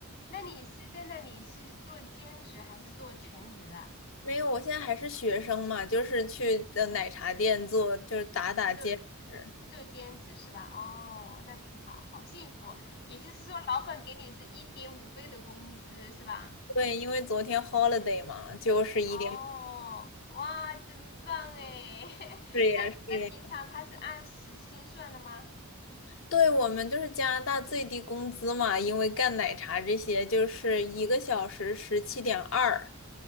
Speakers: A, on the left; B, on the left.
A: 那你是在那里是做兼职还是做全职啊？
B: 没有，我现在还是学生嘛，就是去的奶茶店做，就是打打兼职。
A: 做做兼职是吧？哦，那挺好，好幸福。也就是说，老板给你是一点五倍的工资是吧？
B: 对，因为昨天 holiday 嘛，就是一点。
A: 哦，哇，真棒哎！<laughs>
B: 是呀，
A: 那那平常他是按时薪算的吗？
B: 是呀，对，我们就是加拿大最低工资嘛，因为干奶茶这些，就是一个小时十七点二，